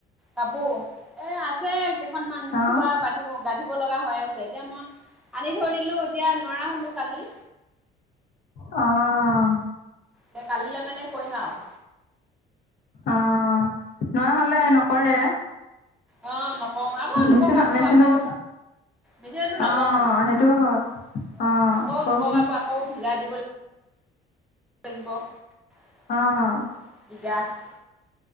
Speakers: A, in the centre; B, on the left (about 55°).
A: কাপোৰ এ, আছে কেইখনমান
B: অ',
A: থুপা বান্ধীৱ গাঠিব লগা হৈ আছে, এতিয়া মই আনি থৈ দিলোঁ, এতিয়া নোৱাৰা হলোঁ কালি।
B: অ',।
A: এ, কালিলৈ মানে কৰিম আৰু।
B: অ', নোৱাৰা হ'লে নকৰে?
A: অ', নকওঁ আকৌ লোকৰ
B: মেচিনত
A: কাপো
B: মেচিনত
A: আকৌ। এতিয়াতো নবহোঁ,
B: অ',
A: অ',
B: সেইটোও হয়। অ',
A: আকৌ
B: কওকচোন
A: লোকৰ কাপো আকৌ ভিজাই দিব <inaudible> <unintelligible>
B: অ',।
A: <unintelligible>